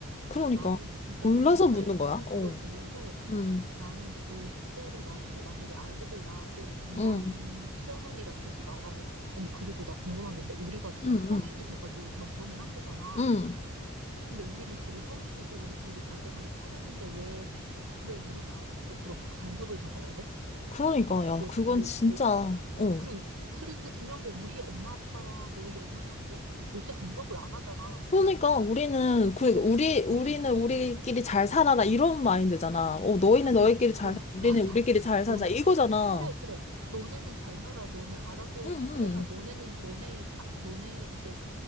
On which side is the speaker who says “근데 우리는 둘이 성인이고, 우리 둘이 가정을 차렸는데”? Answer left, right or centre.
Right